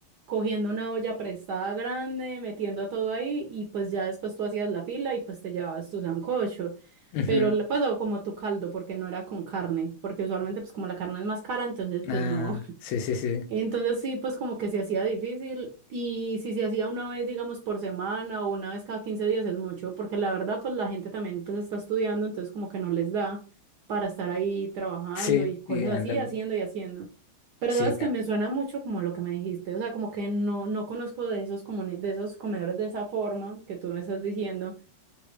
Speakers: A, on the right; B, on the left.
A: cogiendo una olla prestada grande, metiendo todo ahí y pues ya después tú hacías la fila y pues te llevabas tu sancocho,
B: ujú,
A: pero le pasó como tu caldo porque no era con carne, porque usualmente pues como la carne es más cara, entonces pues
B: Ah,
A: no,
B: sí, sí, sí.
A: entonces sí, pues como que se hacía difícil y si se hacía una vez, digamos, por semana o una vez cada 15 días es mucho, porque la verdad, pues la gente también pues está estudiando, entonces como que no les da para estar ahí trabajando
B: Sí,
A: y cosas
B: y anda.
A: así, haciendo y haciendo. Pero
B: Sí.
A: sabes que me suena mucho como lo que me dijiste, o sea, como que no, no conozco de esos, comuni- de esos comedores de esa forma que tú me estás diciendo.